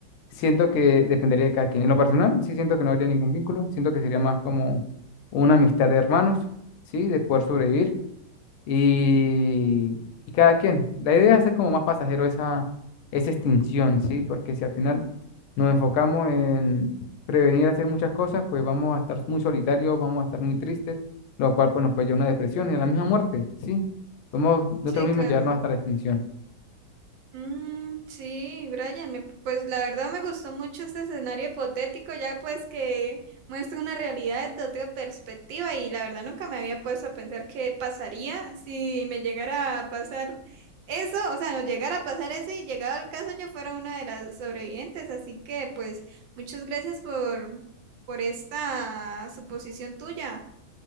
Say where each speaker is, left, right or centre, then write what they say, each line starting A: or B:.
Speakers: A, on the left; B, on the right.
A: Siento que dependería de cada quien. En lo personal, sí siento que no habría ningún vínculo. Siento que sería más como una amistad de hermanos, ¿sí? De poder sobrevivir. Y, y cada quien. La idea es hacer como más pasajero esa, esa extinción, ¿sí? Porque si al final nos enfocamos en prevenir hacer muchas cosas, pues vamos a estar muy solitarios, vamos a estar muy tristes, lo cual pues nos puede llevar a una depresión y a la misma muerte, ¿sí? Podemos nosotros
B: Sí,
A: mismos
B: claro.
A: llevarnos hasta la extinción.
B: Mm, sí, Brian, me- pues la verdad me gustó mucho este escenario hipotético, ya pues que muestra una realidad de otra perspectiva y la verdad nunca me había puesto a pensar qué pasaría si me llegara a pasar eso, o sea, no llegara a pasar eso y llegado el caso yo fuera una de las sobrevivientes, así que pues muchas gracias por, por esta suposición tuya.